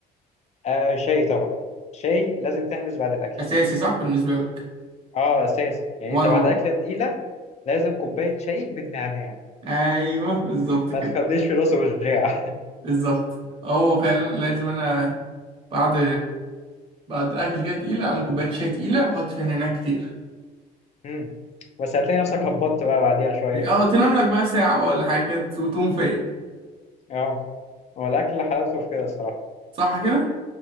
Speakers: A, on the left (about 40°); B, on the right (about 30°).
A: آه شاي طبعا شاي لازم تحبس بعد الاكل
B: اساسي صح بالنسبه لك
A: اه اساس يعني
B: وانا
A: انت بعد
B: برضه
A: اكله تقيله لازم كوبايه شاي بالنعناع
B: ايوه بالظبط كده
A: ما تخليش في راسه وجاع
B: بالظبط هو فعلا لازم انا بعد بعد الاكل كده تقيله اعمل كوبايه شاي تقيله احط فيها نعناع كتير
A: <laughs> مم. بس هتلاقي نفسك هبطت بقى بعديها شويه
B: او
A: كده
B: تنام لك بقى ساعه بقى ولا حاجه كده وتقوم فايق
A: اه هو الاكل حلاوته في كده الصراحه
B: صح كده